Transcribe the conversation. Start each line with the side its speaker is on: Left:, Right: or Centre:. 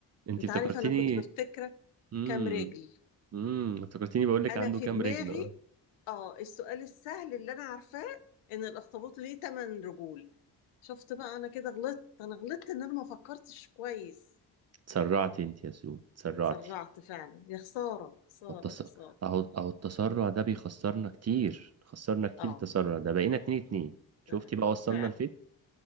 Right: أنت
Left: انت
Right: افتكرتيني
Left: عارف انا كنت بفتكرك
Right: امم
Left: كام رجل
Right: امم افتكرتيني بقول لك
Left: انا
Right: عنده
Left: في
Right: كام
Left: دماغي
Right: رجل أه.
Left: اه السؤال السهل اللي انا عارفاه ان الاخطبوط ليه تمن رجول شفت بقى انا كده غلطت انا غلطت ان انا ما فكرتش كويس
Right: تسرعتي أنت يا سو تسرعتي
Left: اتسرعت فعلا يا خسارة خسارة
Right: والتص...
Left: خسارة
Right: أهو أهو التسرع ده بيخسرنا كتير خسرنا كتير
Left: اه
Right: التسرع ده بقينا اتنين اتنين شفتي
Left: فعلا
Right: بقى وصلنا
Left: فعلا
Right: لفين